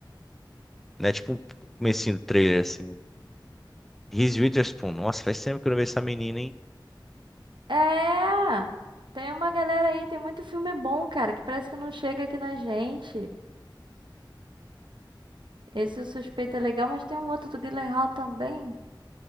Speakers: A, in the centre; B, on the right (about 70°).
A: Né, tipo um comecinho do trailer, assim. Reese Witherspoon. Nossa, faz tempo que eu não vejo essa menina, hein?
B: É! Tem uma galera aí, tem muito filme bom, cara, que parece que não chega aqui na gente. Esse O Suspeito é legal, mas tem um outro do Guilherme Hall também,